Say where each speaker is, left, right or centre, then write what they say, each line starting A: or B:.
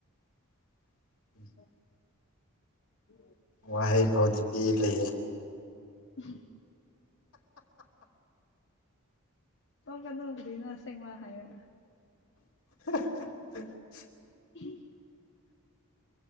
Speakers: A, on the left (about 70°); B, on the left (about 55°).
A: <inaudible>
B: ꯎꯝ ꯎꯝ
A: ꯋꯥꯍꯩ ꯐꯥꯎꯗꯤ ꯄꯤ ꯂꯩꯌꯦꯦ
B: ꯎꯝ ꯑꯣ ꯀꯗꯣꯛꯒ꯭ꯔꯤꯅꯁꯦꯡꯕ ꯍꯥꯏꯔ
A: <inaudible>
B: ꯎꯝ